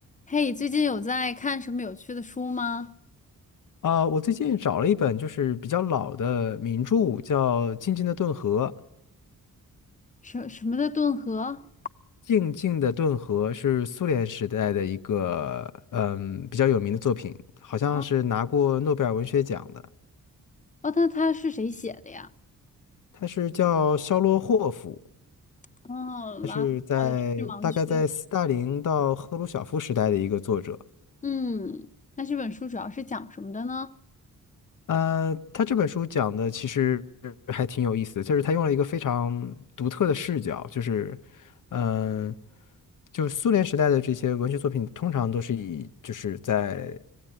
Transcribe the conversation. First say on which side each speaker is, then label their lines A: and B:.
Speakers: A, on the left (about 20°); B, on the left (about 65°).
A: 嘿，最近有在看什么有趣的书吗？
B: 啊，我最近找了一本就是比较老的名著，叫《静静的顿河》。
A: 什什么的顿河？
B: 《静静的顿河》是苏联时代的一个嗯比较有名的作品，好像是拿过诺贝尔文学奖的。
A: 啊，哦，那它是谁写的呀？
B: 他是叫肖洛霍夫，
A: 哦，
B: 他是在大概在斯大林到赫鲁晓夫时代的一个作者。
A: 完了我的知识盲区。嗯，那这本书主要是讲什么的呢？
B: 呃，他这本书讲的其实还挺有意思的，就是他用了一个非常独特的视角，就是，嗯、就是苏联时代的这些文学作品，通常都是以就是在